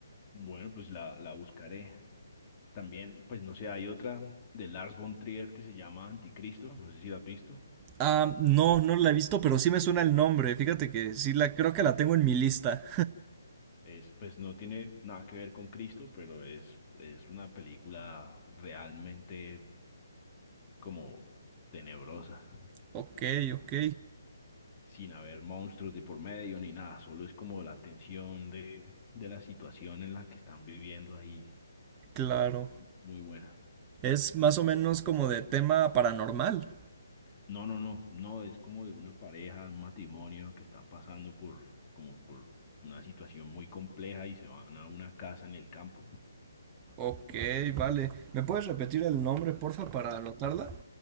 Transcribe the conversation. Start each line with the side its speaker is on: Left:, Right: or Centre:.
Left: Bueno, pues la, la buscaré. También, pues no sé, hay otra de Lars von Trier que se llama Anticristo, no sé si la has visto.
Right: Ah, no, no la he visto, pero sí me suena el nombre. Fíjate que sí la creo que la tengo en mi lista.
Left: Es, pues no tiene nada que ver con Cristo, pero es, es una película realmente como tenebrosa,
Right: Ok, ok,
Left: sin haber monstruos de por medio ni nada, solo es como la tensión de, de la situación en la que están viviendo ahí.
Right: claro.
Left: Muy buena.
Right: Es más o menos como de tema paranormal.
Left: No, no, no, no, es como de una pareja, un matrimonio que está pasando por, como por una situación muy compleja y se van a una casa en el campo.
Right: Ok, vale. ¿Me puedes repetir el nombre, porfa, para anotarla?